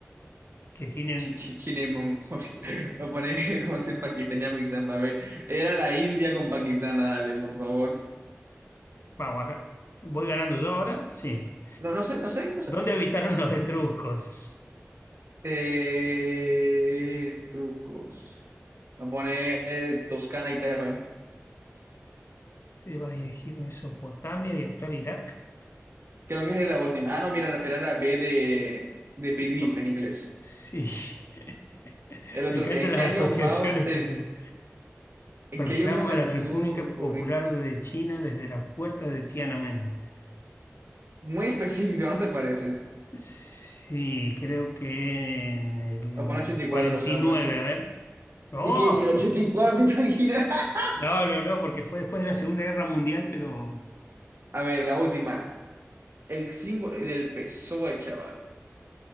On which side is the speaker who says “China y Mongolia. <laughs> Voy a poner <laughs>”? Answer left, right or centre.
Right